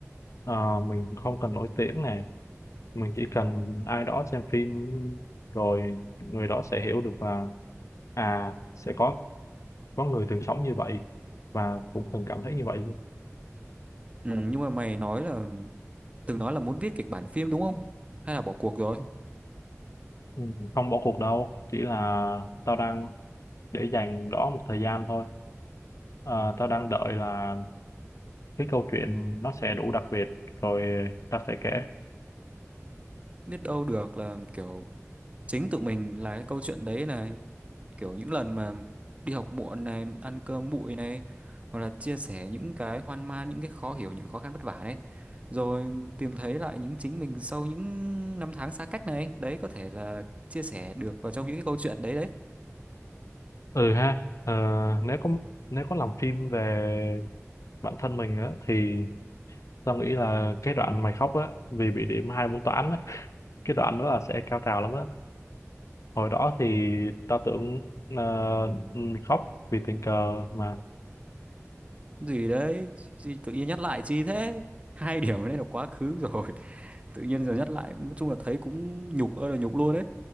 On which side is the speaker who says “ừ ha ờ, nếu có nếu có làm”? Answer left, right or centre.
Left